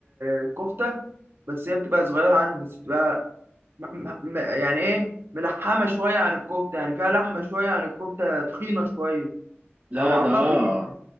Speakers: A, on the right; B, on the right.
A: الكفتة بس هي بتبقى صغيرة عنها بس بتبقى م- م- م- يعني ايه ملحمه شويه عن الكفته يعني فيها لحمه شويه عن الكفته تخينه شويه
B: لا
A: على ما اعتقد
B: ده آه.
A: يعني.